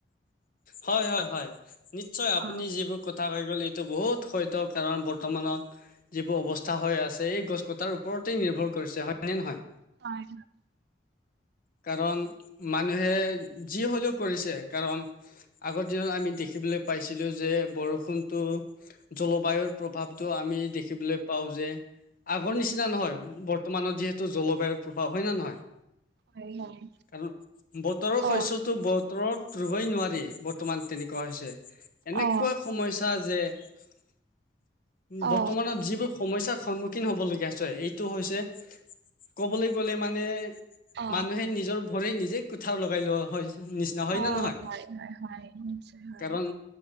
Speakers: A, on the left; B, on the right.
A: হয় হয় হয় নিশ্চয় আপুনি
B: অ
A: যিবোৰ ক কথা হৈ গ'ল এইটো বহুত হত্য কাৰণ বৰ্তমানত যিবোৰ অৱস্থা হৈ আছে। এই গছ, কটাৰ ওপৰত নিৰ্ভৰ কৰিছে হয় নে নহয়।
B: হয়।
A: কাৰণ মানুহে যি হলেও কৰিছে কাৰণ আগৰ দিনত আমি দেখিবলৈ পাইছিলো যে বৰষুণতটো জলবায়ুৰ প্ৰভাৱটো আমি আমি দেখিবলৈ পাওঁ। যে আগৰ নিচিনা নহয় বৰ্তমানত যিহেতু জলবায়ুৰ প্ৰভাৱ হয় ন নহয়।
B: হয় হয়
A: কাৰণ বতৰৰ শস্যটো
B: অ
A: বতৰত ৰুবই নোৱাৰি। বৰ্তমান তেনেকুৱা হৈছে এনেকুৱা
B: অ
A: সমস্যা যে। উম
B: অ
A: বৰ্তমানৰ যিবোৰ। সমস্যাৰ সন্মুখীন হ'বলগীয়া হৈছে। এইটো হৈছে ক'বলৈ গ'লে মানে
B: অ
A: মানুহে নিজৰ ভৰি নিজে কোঠাৰ লগাই লোৱা হয় নিচিনা হয়
B: অ
A: নে নহয়।
B: হয় হয় হয় নিশ্চয় হয়।
A: কাৰণ